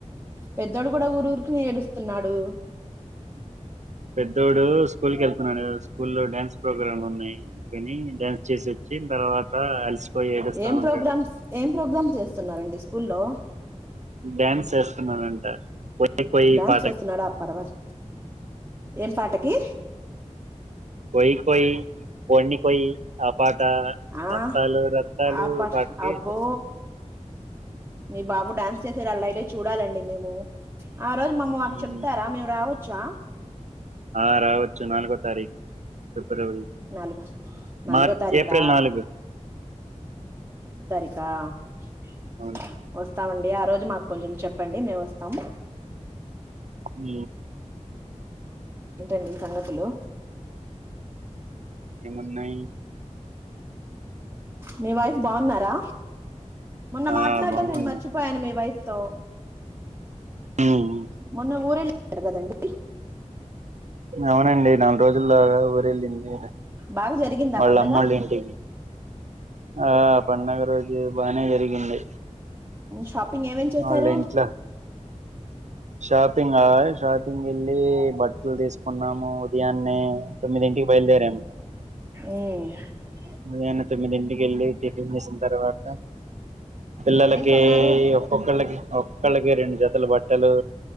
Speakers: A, on the right (about 20°); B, on the right (about 70°).
A: పెద్దోడు కూడా ఊరు ఊరికి ఏడుస్తున్నాడు
B: పెద్దోడు స్కూల్ కి వెళ్తున్నాడు స్కూల్ లో డ్యాన్స్ ప్రోగ్రామ్లు ఉన్నాయి అందుని డ్యాన్స్ చేసి వచ్చి తర్వాత అలసిపోయి ఏడుస్తా
A: ఏం
B: ఉంటాడు
A: ప్రోగ్రామ్స్ ఏం ప్రోగ్రామ్ చేస్ తున్నారండిస్ స్కూల్లో
B: డ్యాన్స్ చేస్తున్నానంట కొయి కొయి
A: డ్యాన్స్
B: పాటకి
A: చేస్తున్నాడా పర్వాజ్ ఏం పాటకి
B: కొయి కోయి కోడిని కోయి ఆ పాట ర
A: ఆ
B: రతాలు రతాలు
A: ఆ ప
B: వాటికి
A: అబ్బో మీ బాబు డ్యాన్స్ చేసేరు అళ్లే చూడాలండి మేము ఆ రోజు మమ్మ మాకు
B: ఉమ్,
A: చెప్తారా మేము రావ చ
B: ఆ రావచ్చు నాలుగు తది ఫిబ్రవరి
A: నాలుగో నాలుగో
B: మార్చ్
A: తారీఖా
B: ఏప్రిల్ నాలుగు
A: తా వస్
B: అవును
A: వస్తామండి ఆ రోజు మాకు కొంచెం చెప్పండి మేము వస్తాము
B: హు
A: ఏంటండి సంగతులు
B: ఏమున్నాయి
A: మీ వైఫ్ బాగున్నారా మొన్న
B: ఆ
A: మాట్లాడం
B: బాగున్నాయి
A: నేను మర్చిపోయాను మీ వైఫ్ తో
B: ఉమ్,
A: మొన్న ఊరెల్లి అడగదండి
B: అవునండి నాలుగు రోజులగా ఊరేళ్ళింది
A: బాగా జరిగిందా
B: వాళ్ళ
A: పండగ
B: అమ్మళ్ళ ఇంటికి ఆ పండగ రోజు బాగానే జరిగింది
A: షాపింగ్ ఏమేం చేశారు
B: వాళ్ళ ఇంట్లో షాపింగ్ గా షాపింగ్ వెళ్లి బట్టలు తీసుకున్నాము ఉదయాన్నే తొమ్మిది ఇంటికి బయలుదేరాము
A: ఆ
B: ఉదయాన్నే తొమ్మిది ఇంటికిళ్ళి టిఫిన్ చేసిన తర్వాత పిల్లలకి
A: ఏమేం కొన్నారు
B: ఒక్కొక్కళ్ళకి ఒక్కళ్ళకి రెండు జతల బట్టలు